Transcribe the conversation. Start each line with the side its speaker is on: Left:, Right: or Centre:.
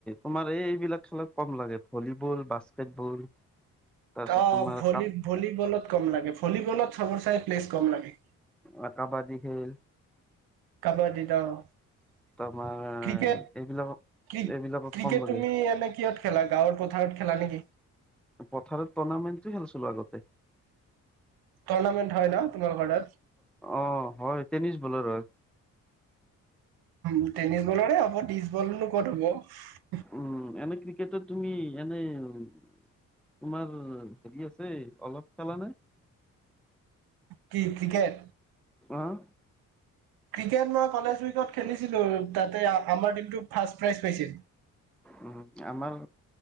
Centre: তোমাৰ এইবিলাক খেলত কম লাগে ভলীবল বাস্কেটবল তাৰপিছত
Right: অ
Centre: তোমাৰ
Right: ভলী
Centre: কাব
Right: ভলীবলত কম লাগে ভলীবলত চবৰ চাই প্লেছ গম লাগে
Centre: অ কাবাদী খেল।
Right: কাবডী। ক্ৰিকেট
Centre: তোমাৰ এইবিলাকক
Right: ক
Centre: এইবিলাকক
Right: ক্ৰিকেট
Centre: কম লাগে
Right: তুমি এনে কিহত খেলা গাঁৱৰ পথাৰত খেলা নেকি
Centre: পথাৰৰ টুৰ্ণামেণ্টটো খেলিছিলো আগতে
Right: টৰ্নামেণ্ট হয় ন তোমালোকৰ তাত
Centre: অ হয় টেনিছ বলাৰ হয়
Right: উ টেনিছ বলৰে হ'ব ত্ৰিছ বলনো ক'ত হ'ব
Centre: উম এনে ক্ৰিকেটত তুমি এনে তোমাৰ হেৰি আছে অলপ খেলানে
Right: কি কিকেট
Centre: আহ
Right: ক্ৰিকেট মই কলেজ উইকত খেলিছিলো তাতে আমাৰ টিমটো ফাৰ্ষট প্ৰাইজ পাইছিল
Centre: উ আমাৰ